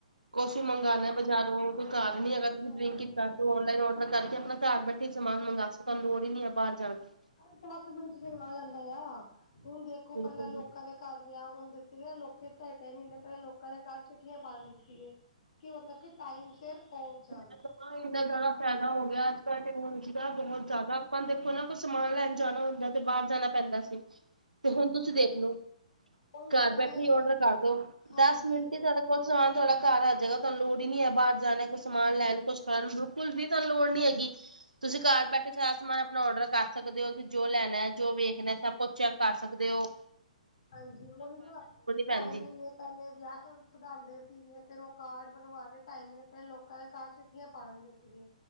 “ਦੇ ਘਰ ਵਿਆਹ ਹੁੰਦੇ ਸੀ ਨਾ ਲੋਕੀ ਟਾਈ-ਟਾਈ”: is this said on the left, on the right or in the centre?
Left